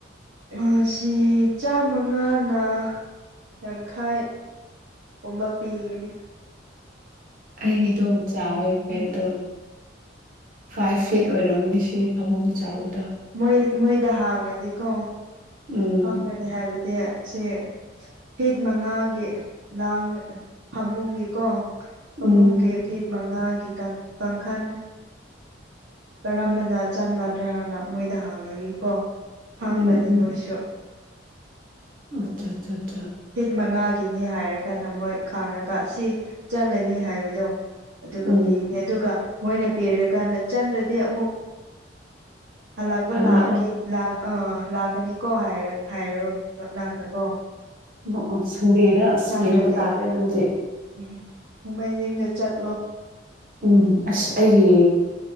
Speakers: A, on the right; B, on the right.
A: ꯑꯁꯤ ꯆꯥꯃꯉꯥꯅ ꯌꯥꯡꯈꯩ ꯀꯨꯝꯕ ꯄꯤꯒꯅꯤ
B: ꯑꯩꯒꯤꯗꯣ ꯆꯥꯎꯋꯦ ꯕꯦꯠꯇꯣ
A: ꯎꯝ
B: ꯐꯥꯏꯚ ꯐꯤꯠ ꯑꯣꯏꯔꯝꯅꯤ ꯁꯤ ꯐꯃꯨꯡ ꯆꯥꯎꯕꯗ
A: ꯃꯣꯏ ꯃꯣꯏꯗ ꯍꯥꯡꯉꯗꯤꯀꯣ
B: ꯎꯝ
A: ꯍꯪꯒꯅꯤ ꯍꯥꯏꯕꯗꯤ ꯁꯦ ꯍꯤꯠ ꯃꯉꯥꯒꯤ ꯂꯥꯡ ꯐꯃꯨꯡꯒꯤꯀꯣ ꯐꯃꯨꯡꯒꯤ
B: ꯎꯝ
A: ꯐꯤꯠ ꯃꯉꯥꯒꯤꯇꯪ ꯀꯥꯡꯈꯜ ꯀꯔꯝꯕꯅ ꯆꯥꯟꯒꯥ ꯗ꯭ꯔꯅ ꯃꯣꯏꯗ ꯍꯥꯡꯉꯒꯤꯀꯣ ꯈꯪꯕꯅꯦ
B: ꯎꯝ ꯎꯝ
A: ꯃꯣꯏꯁꯨ
B: ꯑꯆꯥ ꯑꯆꯥ
A: ꯐꯤꯠ ꯃꯉꯥꯒꯤꯅꯤ ꯍꯥꯏꯔꯒ ꯅꯃꯣꯏ ꯈꯥꯡꯔꯒ ꯑꯁꯤ ꯆꯠꯂꯅꯤ ꯍꯥꯏꯕꯗꯣ ꯑꯗꯨꯒ
B: ꯎꯝ
A: ꯄꯤꯒꯅꯤ ꯑꯗꯨꯒ ꯃꯣꯏꯅ ꯄꯤꯔꯀꯥꯟꯗ ꯆꯟ꯭ꯔꯗꯤ ꯑꯃꯨꯛ ꯍꯂꯥꯛꯄ
B: ꯍꯜꯂꯛꯑꯣ
A: ꯂꯥꯛꯀꯦ ꯑꯥ ꯂꯥꯛꯀꯅꯤꯀꯣ ꯍꯥꯏꯔ ꯍꯥꯏꯔꯣ ꯅꯣ ꯅꯪꯅꯀꯣ
B: ꯑꯣ ꯑꯣ ꯁꯟꯗꯦꯗ ꯑꯁ
A: ꯆꯥꯟꯗ꯭ꯔꯗꯤ
B: ꯌꯦꯡꯕ ꯇꯥꯔꯦ ꯑꯗꯨꯗꯤ
A: ꯎꯝ ꯅꯣꯡꯃꯥꯏꯖꯤꯡꯗ ꯆꯠꯂꯣ
B: ꯎꯝ ꯑꯁ ꯑꯩꯒꯤ